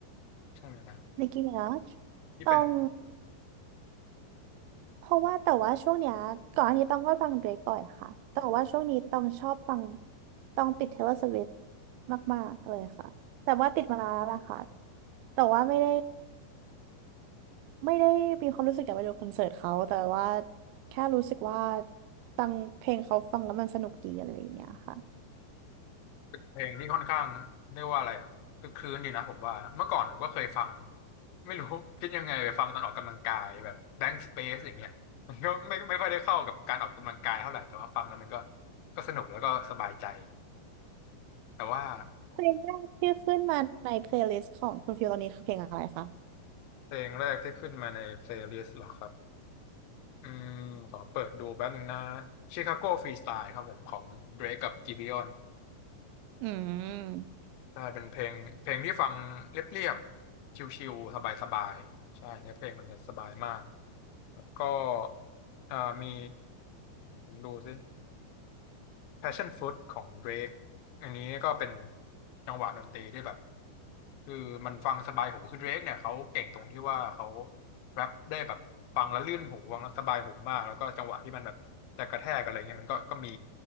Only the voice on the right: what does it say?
Nicki Minaj
ต้อง เพราะว่าแต่ว่าช่วงเนี้ยก่อนอันนี้ต้องก็ฟังเดรกบ่อยค่ะแต่ว่าช่วงนี้ต้องชอบฟังต้องติด Taylor Swift มากๆเลยค่ะแต่ว่าติดมานานแล้วล่ะค่ะแต่ว่าไม่ได้ไม่ได้มีความรู้สึกอยากไปดูคอนเสิร์ตเขาแต่ว่าแค่รู้สึกว่าฟังเพลงเขาฟังแล้วมันสนุกดีอะไรอย่างเงี้ยค่ะ
เพลงแรกที่ขึ้นมาในเพลย์ลิสต์ของคุณฟิวตอนนี้คือเพลงอะไรคะ
อืม